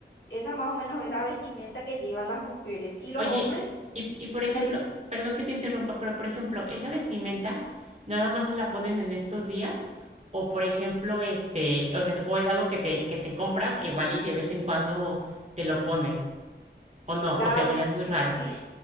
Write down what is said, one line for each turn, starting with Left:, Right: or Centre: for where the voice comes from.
Left: Esa más o menos es la vestimenta que llevan las mujeres. Y los
Right: Oye,
Left: hombres
Right: y, y por ejemplo,
Left: traen
Right: perdón que te interrumpa, pero por ejemplo, esa vestimenta nada más se la ponen en estos días o por ejemplo, este, o sea, o es algo que te que te compras igual y de vez en cuando te lo pones o no,
Left: Claro,
Right: o te verías muy raro.
Left: sí,
Right: Sí.